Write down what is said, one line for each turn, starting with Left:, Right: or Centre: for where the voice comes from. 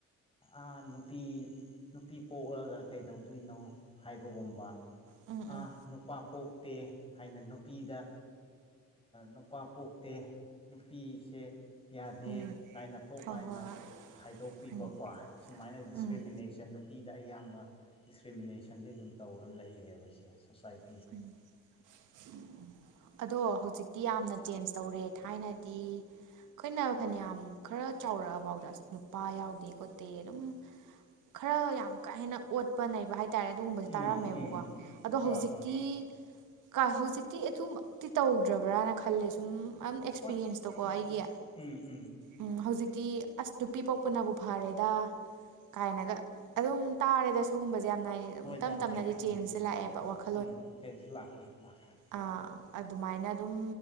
Left: ꯑꯥ ꯅꯨꯄꯤ ꯅꯨꯄꯤ ꯄꯣꯛꯔꯒ ꯀꯩꯗꯧꯗꯣꯏꯅꯣ ꯍꯥꯏꯕꯒꯨꯝꯕ
Right: ꯎꯝ ꯎꯝ ꯎꯝ
Left: ꯑ ꯅꯨꯄꯥ ꯄꯣꯛꯇꯦ ꯍꯥꯏꯅ ꯅꯨꯄꯤꯗ ꯅꯨꯄꯥ ꯄꯣꯛꯇꯦ ꯅꯨꯄꯤꯁꯦ ꯌꯥꯗꯦ
Right: ꯍꯣꯏ
Left: ꯀꯥꯏꯅ ꯊꯣꯛ
Right: ꯍꯣꯏ
Left: ꯀꯥꯏꯅ
Right: ꯍꯣꯏ
Left: ꯈꯥꯏꯗꯣꯛꯄꯤꯕꯀꯣ
Right: ꯎꯝ
Left: ꯁꯨꯃꯥꯏꯅ ꯗꯤꯁꯀ꯭ꯔꯤꯃꯤꯅꯦꯁꯟꯗꯨ
Right: ꯎꯝ
Left: ꯅꯨꯄꯤꯗ ꯑꯌꯥꯝꯕ ꯗꯤꯁꯀ꯭ꯔꯤꯃꯤꯅꯦꯁꯟꯗꯤ ꯑꯗꯨꯝ ꯇꯧꯔ ꯂꯩꯌꯦꯕꯁꯦ ꯁꯣꯁꯥꯏꯇꯤ
Right: ꯎꯝ ꯑꯗꯣ ꯍꯧꯖꯤꯛꯇꯤ ꯌꯥꯝꯅ ꯆꯦꯟꯖ ꯇꯧꯔꯦ ꯊꯥꯏꯅꯗꯤ ꯑꯩꯈꯣꯏꯅ ꯐꯅꯌꯥꯝ ꯈꯔ ꯆꯥꯎꯔꯛꯑꯐꯥꯎꯗ ꯑꯁ ꯅꯨꯄꯥ ꯌꯥꯎꯗꯦ ꯈꯣꯠꯇꯦ ꯑꯗꯨꯝ ꯈꯔ ꯌꯥꯝ ꯀꯥ ꯍꯦꯟꯅ ꯑꯣꯠꯄ ꯅꯩꯕ ꯍꯥꯏꯇꯥꯔꯦ ꯑꯗꯨꯒꯨꯝꯕ
Left: ꯎꯝ
Right: ꯇꯥꯔꯝꯃꯦꯕꯀꯣ
Left: ꯎꯝ
Right: ꯑꯗꯣ
Left: ꯍꯣꯏ
Right: ꯍꯧꯖꯤꯛ
Left: ꯍꯣꯏ
Right: ꯇꯤ ꯀ ꯍꯧꯖꯤꯛꯇꯤ ꯑꯗꯨꯃꯛꯇꯤ ꯇꯧꯗ꯭ꯔꯕ꯭ꯔꯥꯅ ꯈꯜꯂꯦ ꯁꯨꯝ ꯑꯝ ꯑꯦꯛꯁꯄꯤꯔꯤꯌꯦꯟꯁꯇꯨꯀꯣ
Left: ꯍꯣꯏ ꯎꯝ
Right: ꯑꯩꯒꯤ
Left: ꯎꯝ
Right: ꯎꯝ ꯍꯧꯖꯤꯛꯇꯤ ꯑꯁ ꯅꯨꯄꯤ ꯄꯣꯛꯄꯅꯕꯨ ꯐꯥꯔꯦꯗ ꯀꯥꯏꯅꯒ ꯑꯗꯨꯝ ꯇꯥꯔꯦꯗ ꯁꯤꯒꯨꯝꯕꯁꯦ ꯌꯥꯝꯅ ꯍꯥꯏꯗꯤ ꯑꯗꯨꯝ
Left: ꯍꯣꯏꯗ
Right: ꯇꯞ
Left: ꯍꯣꯏꯗ
Right: ꯇꯞꯅꯗꯤ
Left: ꯎꯝ
Right: ꯆꯦꯟꯖꯁꯦ ꯂꯥꯛꯑꯦꯕ ꯋꯥꯈꯜ
Left: ꯎꯝ ꯆꯦꯟꯖ ꯂꯥꯛꯈ꯭ꯔꯦ ꯂꯥꯛꯈ꯭ꯔꯦ
Right: ꯑꯥ ꯑꯗꯨꯃꯥꯏꯅ ꯑꯗꯨꯝ